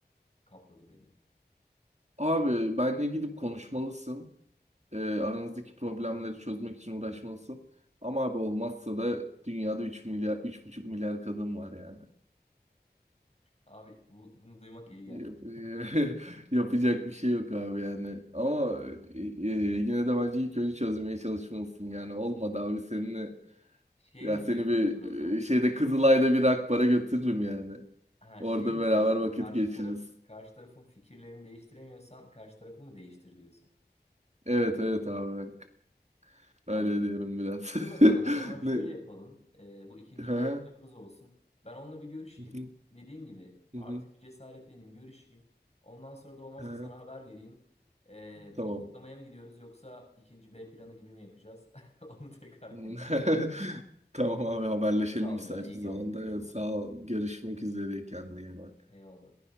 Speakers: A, on the left (about 40°); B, on the right (about 40°).
A: kapladı beni.
B: Abi benle gidip konuşmalısın. Ee, aranızdaki problemleri çözmek için uğraşmalısın. Ama abi olmazsa da dünyada 3 milyar, üç buçuk milyar kadın var yani.
A: Abi bu, bunu duymak iyi geldi.
B: Yap- <laughs> Yapacak bir şey yok abi yani. Ama e, e, yine de bence ilk önce çözmeye çalışmalısın yani. Olmadı abi seninle
A: Şey
B: ya
A: mi
B: seni
A: diyorsun
B: bir
A: Emre o zaman?
B: e, şeyde Kızılay'da bir Akbar'a götürürüm yani.
A: Ha
B: Orada
A: şey mi
B: beraber
A: diyorsun?
B: vakit
A: Karşı
B: geçiririz.
A: taraf karşı tarafın fikirlerini değiştiremiyorsan karşı tarafı mı değiştir diyorsun?
B: Evet evet abi bak.
A: Anladım.
B: Öyle diyorum biraz.
A: Dur
B: <laughs>
A: bakalım o zaman şöyle
B: Ne?
A: yapalım. Ee, bu ikinci
B: Ha?
A: B planımız olsun. Ben onunla bir görüşeyim.
B: Hı hı,
A: Dediğin gibi
B: hı
A: artık
B: hı.
A: bir cesaretleneyim, görüşeyim. Ondan sonra da olmazsa
B: Ha,
A: sana haber vereyim. Ee,
B: Tamam.
A: bunu kutlamaya mı gidiyoruz yoksa ikinci B planı gibi mi yapacağız? <laughs> Onu tekrar
B: <laughs>
A: konuşalım.
B: Tamam abi haberleşelim
A: Çok sağ
B: müsait
A: ol ya. iyi
B: bir
A: geldi
B: zamanda.
A: konuşma.
B: Sağ ol. Görüşmek üzere kendine iyi bak.
A: Eyvallah.